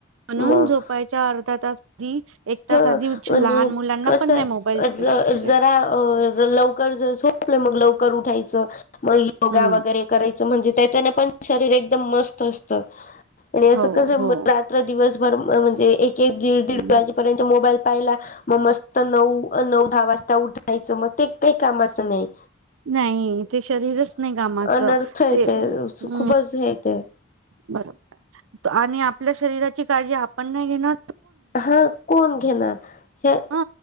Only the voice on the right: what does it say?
म्हणून
झोपायच्या अर्धा तास ी एक तास
आधी लहान मुलांना पण
नाही मोबाईल द्यायला
पाहिजे
हम्म
हो
हो
हम्म.
नाही ते शरीरच नाही कामाचं
ते अ
बर. आणि आपल्या शरीराची काळजी आपण नाही घेणार त
हा